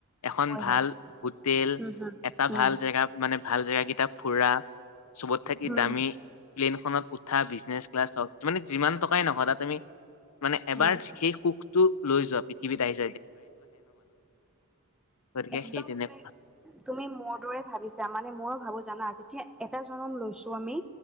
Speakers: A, on the left (about 80°); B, in the centre.
A: এখন
B: হয়
A: ভাল
B: হয়
A: হোটেল
B: উম হম
A: এটা
B: উম
A: ভাল জেগা মানে ভাল জেগা কেইটা ফুৰা চবত থাকি
B: উম
A: দামী প্লেইনখনত উ উঠা বিজনেছ ক্লাছ হওঁক মানে যিমান টকাই নহয় তাত তুমি মানে
B: উম
A: এবাৰ
B: উম
A: সেই সুখটো লৈ যোৱা পৃথিৱীত আহি গতিকে
B: একদম
A: সেই তেনেকুৱা
B: তুমি তুমি মোৰ দৰে ভাবিছা। মানে মই ভাবো জানা যেতিয়া এটা জন্ম লৈছো আমি